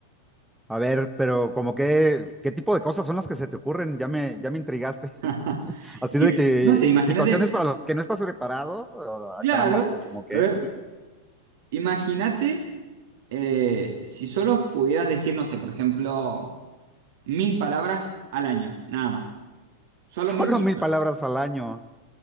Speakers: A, in the centre; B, on the right.
A: A ver, pero como que, ¿qué tipo de cosas son las que se te ocurren? Ya me, ya me intrigaste.
B: <laughs>
A: <laughs> Así
B: Y,
A: de que
B: no sé, imagínate,
A: situaciones para las que no estás preparado, oh,
B: claro,
A: ah, caramba, como que
B: a ver. Imagínate eh, si solo pudieras decir, no sé, por ejemplo, mil palabras al año, nada más.
A: <laughs>
B: Solo
A: solo
B: mil
A: mil
B: palabras.
A: palabras al año.